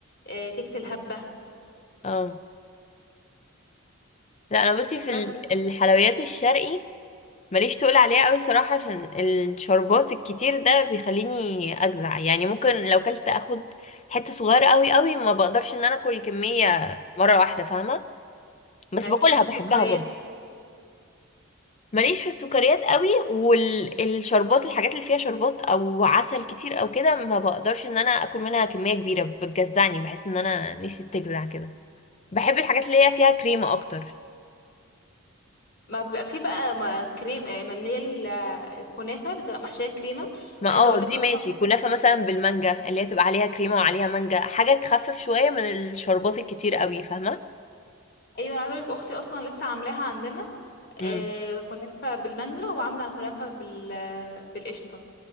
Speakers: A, on the left; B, on the left.
A: آه، كيكه الهبه
B: اه لا انا بصي في
A: بس
B: ال- الحلويات الشرقي ماليش تقول عليها قوي صراحة عشان الشربات الكتير ده بيخليني اجزع يعني ممكن لو كلت اخد حتة صغيرة قوي قوي ما بقدرش ان انا اكل كمية مرة واحدة فاهمة بس
A: مالكيش
B: باكلها
A: في السكريات
B: بحبها برضه ماليش في السكريات قوي والشربات الحاجات اللي فيها شربات او عسل كتير او كده ما بقدرش ان انا اكل منها كمية كبيرة بتجزعني بحس ان انا نفسي بتجزع كده بحب الحاجات اللي هي فيها كريمة اكتر
A: ما بيبقى في بقى ما كريم آه، ما اللي هي ال- آه، الكنافه بتبقى محشيه كريمه
B: ما
A: عايزه
B: اه
A: اقول
B: دي
A: لك اصلا
B: ماشي كنافة مثلا بالمانجا اللي هي تبقى عليها كريمة وعليها مانجا حاجة تخفف شوية من الشربات الكتير قوي فاهمة
A: ايوه انا عايزه اقول لك اختي اصلا لسه عاملاها عندنا
B: امم
A: آه، كنافه بالمانجا وعامله كنافه بال بالقشطه